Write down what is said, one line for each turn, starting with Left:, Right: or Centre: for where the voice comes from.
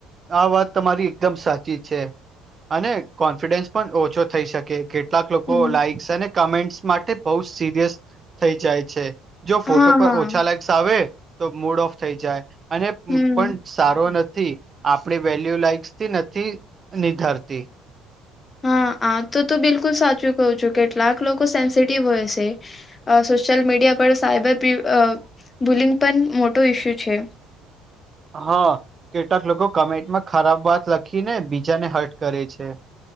Right: આ વાત તમારી એકદમ સાચી છે અને કોન્ફિડન્સ પણ ઓછો થઈ શકે કે કેટલાક લોકો
Left: હમ
Right: લાઈક્સ અને કમેન્ટ્સ માટે બહુ સિરિયસ થઈ જાય છે જો ફોટો
Left: હા
Right: પર
Left: હા
Right: ઓછા લાાઈક્સ આવે તો મૂડ ઓફ થઈ જાય અને પણ
Left: હમ
Right: સારો નથી આપડી વેલ્યુ લાઈક્સ થી નથી નિધારતી
Left: હા હા તો તું બિલકુલ સાચું કઉ છુ કેટલાક લોકો સેન્સિટિવ હોય છે સોશિયલ મીડિયા પર સાયબર બુલિંગ પણ મોટો ઇસ્યુ છે
Right: હા કેટલાક લોકો કમેન્ટમાં ખરાબ વાત લખી ને બીજાને હર્ટ કરે છે